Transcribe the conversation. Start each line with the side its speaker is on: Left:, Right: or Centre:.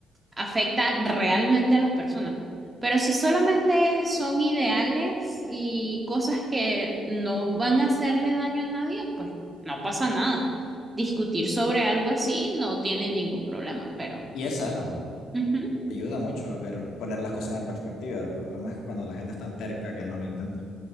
Right: afecta realmente a las personas. Pero si solamente son ideales y cosas que no van a hacerle daño a nadie, pues no pasa nada. Discutir sobre algo así no tiene ningún problema, pero
Left: y es sano,
Right: ujú,
Left: ayuda mucho a ver, poner las cosas en perspectiva. El problema es cuando la gente es tan terca que no lo intenta.